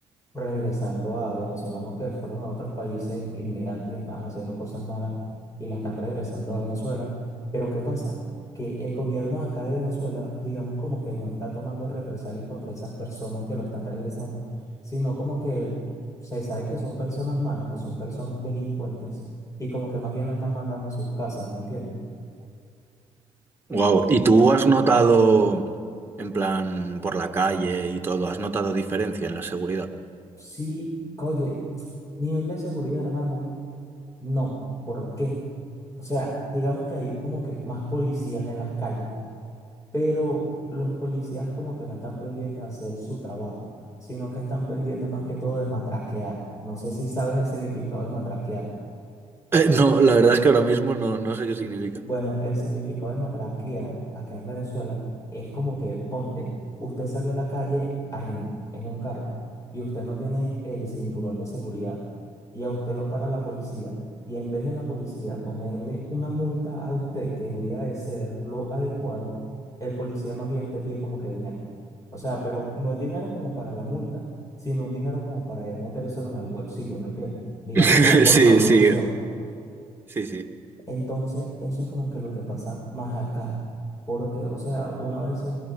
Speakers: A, on the left (about 25°); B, on the right (about 15°).
A: regresando a venezolanos que fueron a otros países inmigrantes y estaban haciendo cosas malas y la están regresando a Venezuela. Pero ¿qué pasa? Que el gobierno de acá de Venezuela, digamos como que no está tomando represalias contra esas personas que lo están regresando, sino como que se sabe que son personas malas, que son personas delincuentes y como que más bien la están mandando a sus casas, ¿me entiendes?
B: Wow. ¿Y tú has notado, en plan, por la calle y todo, has notado diferencia en la seguridad?
A: Sí, oye, nivel de seguridad, hermano, no. ¿Por qué? O sea, digamos que hay como que más policías en las calles, pero los policías como que no están pendientes de hacer su trabajo, sino que están pendientes más que todo de matraquear. No sé si sabes el significado de matraquear.
B: Eh, no, la verdad es que ahora mismo no, no sé qué significa.
A: Bueno, el significado de matraquear acá en Venezuela es como que, ponte, usted salió a la calle a- en, en un carro y usted no tiene el cinturón de seguridad y a usted lo para la policía y en vez de la policía ponerle una multa a usted que debería de ser lo adecuado, el policía más bien te pide como que dinero. O sea, pero no el dinero como para la multa, sino un dinero como para él metérselo en el bolsillo, ¿me entiende? Digamos
B: <laughs>
A: como por
B: Sí,
A: corrupción.
B: sí, sí, sí.
A: Entonces, eso es como que lo que pasa más acá, porque, o sea, uno a veces